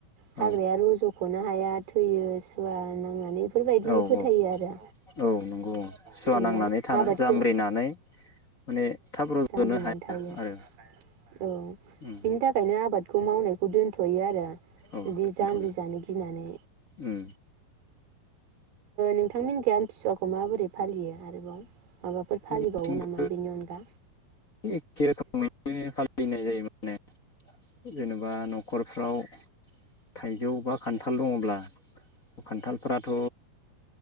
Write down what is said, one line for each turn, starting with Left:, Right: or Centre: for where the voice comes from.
Right: हाग्राया
Left: औ
Right: रज' सख'नो हाया थैयो। सुवा नांनानै बेफोरबायदि
Left: औ
Right: फोथायो
Left: औ
Right: आरो
Left: औ नंगौ सुवा
Right: ओमफ्राय
Left: नांनानै थानो
Right: आबादखौ
Left: जामब्रिनानै माने थाब रज'नो
Right: जामब्रिनानै
Left: हाया
Right: औ बिनि
Left: आरो उम
Right: थाखायनो आबादखौ मावनायखौ दोन थयो आरो
Left: औ
Right: बिदि जामबु
Left: दोनथ'नो
Right: जानो गिनानै
Left: उम
Right: नोंथांमोननि आमथिसुवाखौ माबोरै फालियो आरोबाव माबाफोर फालिबावो
Left: जोंनिथिंबो
Right: नामा बेनि अनगा
Left: <unintelligible> फैनाय जायो माने जेनेबा न'खरफ्राव थाइजौ बा खान्थाल दङब्ला खान्थालफोराथ'